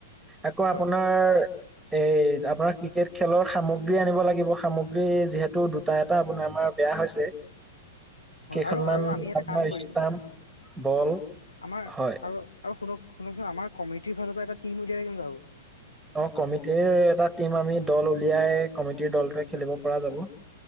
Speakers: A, in the centre; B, on the left (about 85°).
A: আকৌ আপোনাৰ
B: হয়
A: এই, আপোনাৰ ক্ৰিকেট খেলৰ সামগ্ৰী আনিব লাগিব, সামগ্ৰী যিহেতু দুটা এটা আপোনাৰ আমাৰ বেয়া হৈছে,
B: হয়
A: কেইখনমান
B: আৰু আৰু আমি এটা
A: আপোনাৰ
B: কাম কৰিম
A: ষ্টাম্প, বল
B: আমাৰ
A: হয়।
B: আৰু, আৰু শুনক শুনকচোন, আমাৰ কমিটিৰ ফালৰ পৰা এটা টিম উলিয়ালে কেনেকুৱা হ'ব?
A: অ, কমিটিৰ এটা টিম আমি দল উলিয়াই কমিটিৰ দলটোৱে খেলিব পৰা যাব।